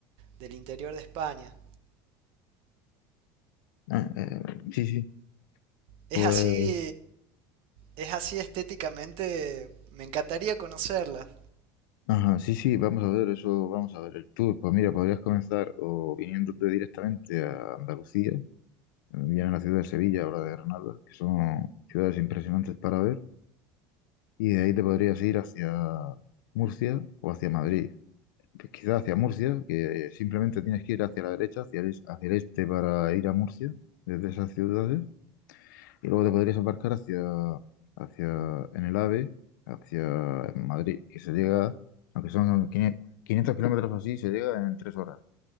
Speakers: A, on the right (about 60°); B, on the left (about 85°).
A: del interior de España.
B: Ah, eh, sí, sí.
A: Es
B: Pues
A: así, es así estéticamente, me encantaría conocerlas.
B: Ajá, sí, sí, vamos a ver eso, vamos a ver el tour. Pues mira, podrías comenzar o viniéndote directamente a Andalucía, bien a la ciudad de Sevilla o la de Granada, que son ciudades impresionantes para ver, y de ahí te podrías ir hacia Murcia o hacia Madrid. Pues quizá hacia Murcia, que simplemente tienes que ir hacia la derecha, hacia el, es- hacia el este para ir a Murcia, desde esas ciudades. Y luego te podrías embarcar hacia, hacia, en el AVE, hacia Madrid, que se llega, aunque son 500 500 kilómetros o así, se llega en tres horas,